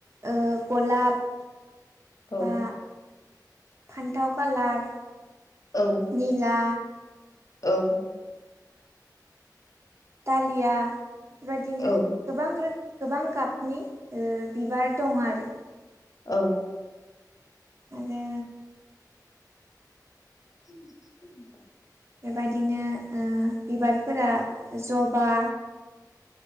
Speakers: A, on the right (about 40°); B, on the left (about 55°).
A: ओ गलाब,
B: औ।
A: बा फान्थाव कालार,
B: औ
A: निला,
B: औ।
A: दालिया बेफोरबायदिनो
B: औ
A: गोबां रोख गोबां गाबनि ओ बिबार दङ आरो।
B: औ
A: आरो
B: <unintelligible>
A: बेबायदिनो ओ बिबारफोरा जबा,